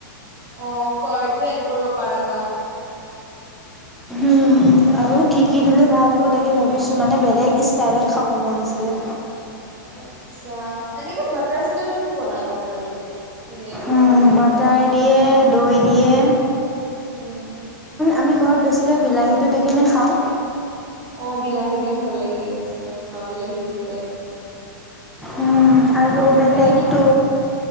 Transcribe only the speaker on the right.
অ কাৰডো এড কৰিব পাৰা তাক
আচ্ছা এনেকে বাটাৰ চাটাৰ দিওতো বনাব পাৰি। ধুনীয়াকে
butter chicken
type
um
অ বিলাহী দিও ভাল লাগে আমিও <unintelligible> খাওঁ বিলাহী দি পেলাই।
বাকী কি